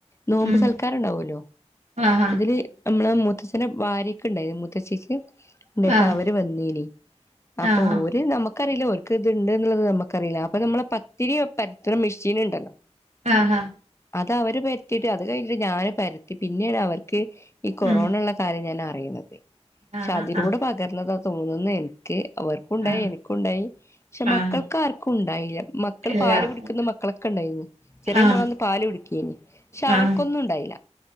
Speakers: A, on the left (about 25°); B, on the right (about 80°).
A: നോമ്പ്
B: ഉം
A: സൽക്കാരം ഇണ്ടാവല്ലോ
B: ആഹ്
A: അതില് ഞമ്മളെ മുത്തച്ഛന്റെ ഭാര്യക്ക് ഇണ്ടായിന് മുത്തച്ചിക്ക് ണ്ടായിട്ട്
B: ആഹ്
A: അവര് വന്നീനി അപ്പൊ
B: ആഹ്
A: ഓര് നമ്മ ക്കറീല്ല ഓല്ക്ക് ഇത്ണ്ട്ന്ന്ള്ളത് നമ്മക്കറീല്ല അപ്പൊ നമ്മളെ പത്തിരി പര്ത്ത്ണെ മെഷീന് ഇണ്ടല്ലോ
B: ആഹ് ഹാ
A: അത് അവര് പരത്തിയിട്ട് അത് കഴിഞ്ഞിട്ട് ഞാന് പരത്തി പിന്നേണ് അവർ ക്ക് ഈ കൊറോണള്ള
B: ഉം
A: കാര്യം ഞാൻ അറീണത് പക്ഷേ
B: ആഹ്
A: അതിലൂടപ്പോ
B: ആഹ്
A: പകർന്നതാ തോന്നുന്നു എന്ക്ക് അവർക്കും ഇണ്ടായി
B: ആഹ്
A: എനിക്കുണ്ടായി പക്ഷേ മക്കൾക്കാര്ക്കും
B: ആഹ്
A: ഉണ്ടായില്ല മക്കൾ
B: എല്ലാം
A: പാല് കുടി ക്ക്ന്ന മക്കളൊക്കെ ഇണ്ടായിനി ചെറിയ
B: ആഹ്
A: മോളന്ന് പാല് കുടിക്ക്യേനി പക്ഷേ അവൾക്കൊന്നും
B: ആഹ്
A: ഉണ്ടായില്ല